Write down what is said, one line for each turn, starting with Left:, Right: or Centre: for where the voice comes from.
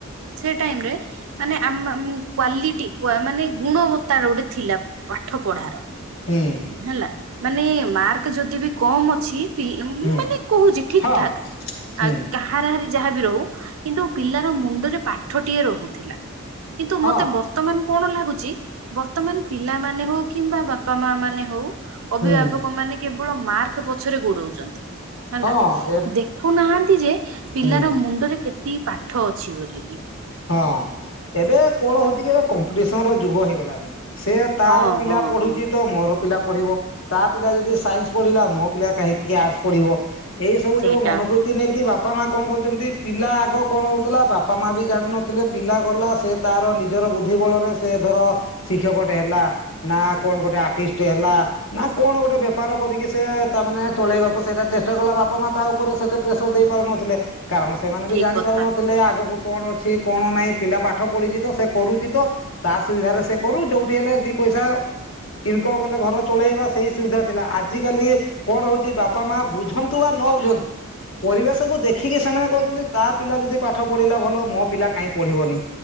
Right: ସେ ଟାଇମରେ ମାନେ ଆମ କ୍ଵାଲିଟି ମାନେ ଗୁଣବତାର ଗୋଟେ ଥିଲା ପାଠ ପଢାର।
Left: ହୁଁ
Right: ହେଲା ମାନେ ମାର୍କ ଯଦି ବି କମ ଅଛି।
Left: ହୁଁ
Right: ମାନେ କହୁଛି ଠିକଠାକ
Left: ହଁ ହୁଁ
Right: ଆଉ କାହାର ଯାହାବି ରହୁ କିନ୍ତୁ ପିଲାର ମୁଣ୍ଡରେ ପାଠଟିଏ ରହୁଥିଲା। କିନ୍ତୁ
Left: ହଁ
Right: ମତେ ବର୍ତ୍ତମାନ କଣ ଲାଗୁଛି ବର୍ତ୍ତମାନ ପିଲାମାନେ ହଉ କିମ୍ବା ବାପା ମା ମାନେ ହଉ ଅଭିଭାବକ
Left: ହୁଁ
Right: ମାନେ କେବଳ ମାର୍କ ପଛରେ ଗୋଡଉଛନ୍ତି। ହେଲା।
Left: ହଁ ଏ
Right: ଦେଖୁନାହାଁନ୍ତି ଯେ
Left: ହୁଁ
Right: ପିଲାର ମୁଣ୍ଡରେ କେତେ କି ପାଠ ଅଛି ବୋଲିକି।
Left: ହଁ ଏବେ କଣ ହଉଛି କି ଏବେ କମ୍ପିଟିସନ ର ଯୁଗ ହେଇଗଲାଣି ସେୟା ତାର
Right: ହଁ
Left: ପିଲା
Right: ହଁ
Left: ପଢୁଛି
Right: ହଁ
Left: ତ ମୋର ପିଲା ପଢିବ, ତା ପିଲା ଯଦି ସାଇନ୍ସ ପଢିଲା ମୋ ପିଲା କାହିଁକି ଆର୍ଟସ ପଢିବ। ଏଇ ସବୁ
Right: ସେଇଟା
Left: ଯୋଉ ମନୋବୃତ୍ତି ନେଇକି ବାପା ମା କଣ କରୁଚନ୍ତି ପିଲା ଆଗ କଣ ହଉଥିଲା ବା ପା ମା ବି ଜାଣିିନଥିଲେ ପିଲା ଗଲା ସେ ତାର ନିଜର ବୁଦ୍ଧି ବଳରେ ସେ ଧର ଶିକ୍ଷକଟେ ହେଲା ନା କଣ ଗୋଟେ ଆର୍ଟିଷ୍ଟ ହେଲା, ନା କଣ ଗୋଟେ ବେପାର କରିକି ସେ ତାମାନେ ଚଳେଇବାକୁ ସେଇଟା ଚେଷ୍ଟା କଲା ବାପା ମା ତା ଉପରେ ସେତେ ପ୍ରେସର ଦେଇ ପାରୁନଥିଲେ, କାରଣ ସେମାନେ
Right: ଠିକ
Left: ବି ଜାଣି
Right: କଥା
Left: ପାରୁନଥିଲେ ଆଗକୁ କଣ ଅଛି କଣ ନାହିଁ ପିଲା ପାଠ ପଢ଼ିଚି, ତ ସେ କରୁଚି ତ ତା ସୁବିଧାରେ ସେ କରୁ ଯୋଉଠି ହେଲେ ଦି ପ ପଇସା ଇନକମ କଲେ ଘର ଚଳେଇବା ସେଇ ସୁବିଧା ଥିଲା। ଆଜିିକାଲି କଣ ହଉଚି ବାପା ମା ବୁଝନ୍ତୁ ବା ନ ନ ବୁଝନ୍ତୁ, ପରିବେଶକୁୁ ଦେଖିକି ସେମାନେ କହୁଚନ୍ତି ତା ପିଲା ଯଦି ପାଠ ପଢିଲା ଭଲ ଲୋ ମୋ ପିଲା କାଇଁ ପଢିବନି।